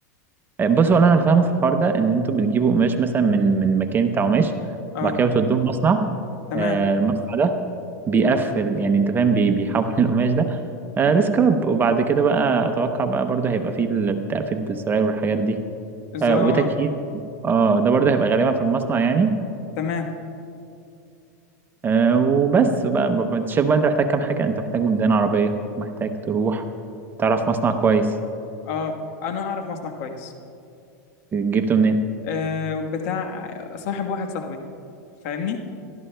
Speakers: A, on the right; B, on the left.
A: بصوا انا اللي فاهمه في الحوار ده ان انتوا بتجيبوا قماش مثلا من من مكان بتاع قماش
B: اه
A: وبعد كده بتودوه المصنع
B: تمام
A: آه، المصنع ده بيقفل يعني انت فاهم بي- بيحول <laughs> القماش ده آه، لسكراب وبعد كده بقى اتوقع بقى برضه هيبقى فيه التقفيل بالزراير والحاجات دي
B: الزراعه
A: آه، وتكييف
B: اه
A: اه ده برضه هيبقى غالبا في المصنع يعني
B: تمام
A: آه، وبس بقى ب- ب- انت شايف بقى انت محتاج كام حاجه انت محتاج مبدئيا عربيه محتاج تروح تعرف مصنع كويس
B: اه انا اعرف مصنع كويس
A: جبته منين
B: آه بتاع صاحب واحد صاحبي فاهمني